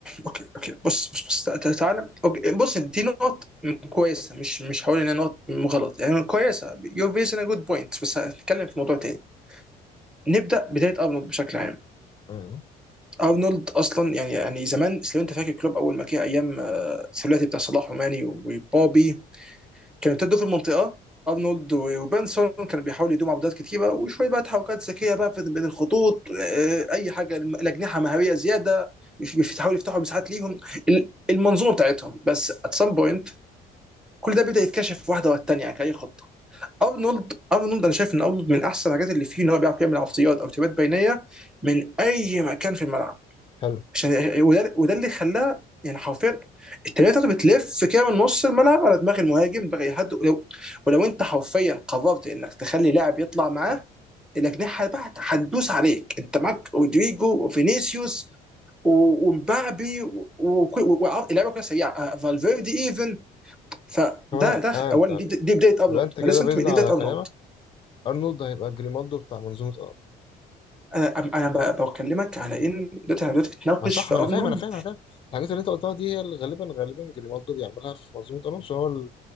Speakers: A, in the centre; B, on the left.
A: اوكي اوكي بص بص بص تع- تع- تعالى اوكي بص دي نقط كويسه مش مش هقول انها نقط غلط يعني كويسه يور فيز ان جود بوينت بس هنتكلم في موضوع تاني نبدا بدايه ارنولد بشكل عام
B: مم.
A: ارنولد اصلا يعني يعني زمان لو انت فاكر كلوب اول ما جه ايام آه، الثلاثي بتاع صلاح وماني وبوبي كانوا ابتدوا في المنطقه ارنولد وبنسون كانوا بيحاولوا يدوموا عبودات كتيره وشويه بقى تحركات ذكيه بقى في- بين الخطوط آه، اي حاجه الاجنحه مهاريه زياده بيف- بيحاولوا يفتحوا مساحات ليهم ال- المنظومه بتاعتهم بس ات سام بوينت كل ده بدا يتكشف واحده ورا الثانيه كاي خطه ارنولد ارنولد انا شايف ان ارنولد من احسن الحاجات اللي فيه ان هو بيعرف يعمل عرضيات او تبات بينيه من اي مكان في الملعب
B: حلو
A: عشان وده وده اللي خلاه يعني حرفيا التمريره بتاعته بتلف كده من نص الملعب على دماغ المهاجم دماغ أي حد ولو, ولو انت حرفيا قررت انك تخلي لاعب يطلع معاه الاجنحه بقى هتدوس عليك انت معاك رودريجو وفينيسيوس و- ومبابي و- وكل- و- و- اللعيبه كلها سريعه آه، فالفيردي ايفن فده
B: تمام
A: ده
B: تمام
A: اولا
B: تمام
A: دي, دي بدايه ارنولد
B: يبقى انت كده
A: ما لسه
B: بيزن
A: انت دي
B: على
A: بدايه ارنولد
B: كلامك ارنولد هيبقى جريمالدو بتاع منظومه
A: انا انا ب- بكلمك على ان دلوقتي انا دلوقتي بتناقش
B: ما صح
A: في
B: ما
A: ارنولد
B: انا فاهم انا فاهم انا فاهم الحاجات اللي انت قلتها دي هي اللي غالبا غالبا جريمالدو بيعملها في منظومه الونسو هو ال-